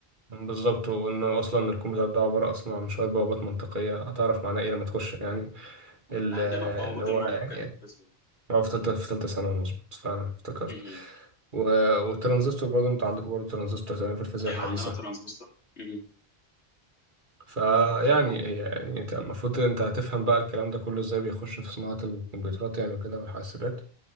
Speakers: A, on the right; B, on the left.
A: بالظبط وانه اصلا الكمبيوتر ده عباره اصلا عن شويه بوابات منطقيه هتعرف معناه ايه لما تخش يعني ال-
B: ده عندنا البوابات
A: اللي هو
B: المنطقية
A: يعني
B: في الفيزياء
A: هو في ثالثه في ثالثه ثانوي مظبوط فعلا افتكرت
B: مهم.
A: و- والترانزستور برضه انت عندكم برضه ترانزستور تمام في الفيزياء
B: أيوة
A: الحديثه
B: عندنا ترانزستور مهم.
A: فيعني
B: مظبوط
A: يعني انت المفروض انت هتفهم بقى الكلام ده كله ازاي بيخش في صناعه الكمبيوترات يعني وكده والحاسبات